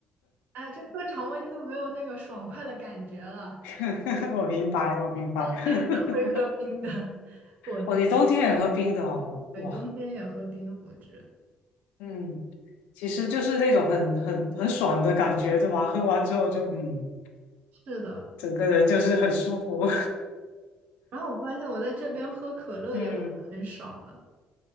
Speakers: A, on the right; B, on the left.
A: 哎，这喝常温就没有那个爽快的感觉了。
B: <laughs> 我明白，我明白。
A: 冬天也会喝冰的
B: <laughs>
A: <laughs> 果汁，
B: 哦，你冬天也喝冰的哦，
A: 对，
B: 哇，
A: 冬天也喝冰的果汁，
B: 嗯，其实就是那种很很很爽的感觉，对吧？喝完之后就嗯，
A: 是的。
B: 整个人就是很舒服。
A: 然后我发现我在这边喝可乐也喝的很少了，
B: <laughs> 嗯。